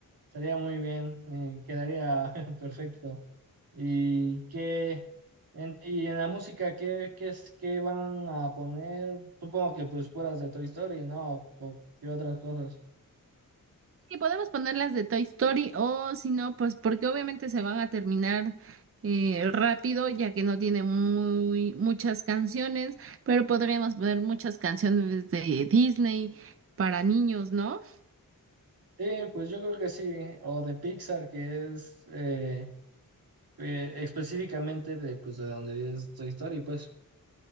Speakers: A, on the right (about 85°); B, on the right (about 40°).
A: estaría muy bien, eh, quedaría <laughs> perfecto. ¿Y qué? En, y en la música, ¿qué, qué es, qué van a poner? Supongo que pues puras de Toy Story, ¿no? O, y otras cosas.
B: Y podemos ponerlas de Toy Story o si no, pues porque obviamente se van a terminar eh, rápido ya que no tiene muy muchas canciones, pero podríamos poner muchas canciones de Disney para niños, ¿no?
A: Sí, pues yo creo que sí, o de Pixar, que es eh, eh, específicamente de, pues, de donde es Toy Story, pues.